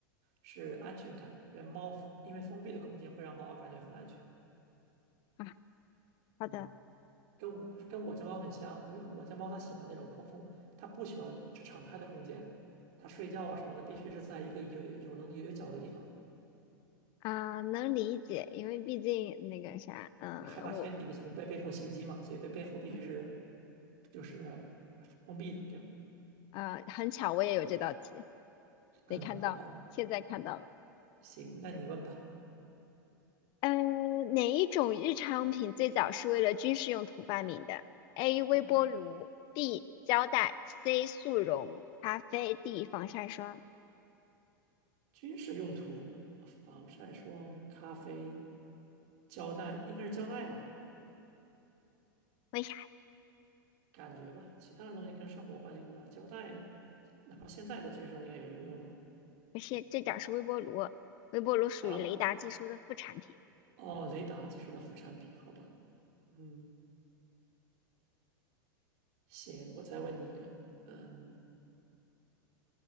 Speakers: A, on the right; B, on the left.
A: 是安全感，因为猫因为封闭的空间会让猫感觉很安全。
B: 啊。好的，
A: 嗯，跟我跟我家猫很像，因为我家猫它喜欢那种空空，它不喜欢敞开的空间，它睡觉啊什么的必须是在一个有有棱有角的地方，
B: 啊，能理解，因为毕竟那个啥，嗯、
A: 对害怕天敌从背背后袭击嘛，
B: 我，
A: 所以背背后必须是
B: 嗯，
A: 就是封闭的这样。
B: 啊，很巧，我也有这道题，
A: 嗯，
B: 没看到，
A: 好吧，
B: 现在看到了。
A: 行，那你问吧。
B: 嗯呃，哪一种日常用品最早是为了军事用途发明的？A.
A: 嗯，
B: 微波炉，B. 胶带，C. 速溶咖啡，D. 防晒霜。
A: 军事用途，防晒霜、咖啡、胶带，应该是胶带吧，
B: 为啥？
A: 感觉吧，其他的东西跟生活关系更大，胶带哪怕现在的军事中应该有用用到
B: 不是，最早是微波炉，微波炉属于雷达技术的副产品。
A: 啊。哦，雷达技术的副产品，好吧，嗯，行，我再问你一个，嗯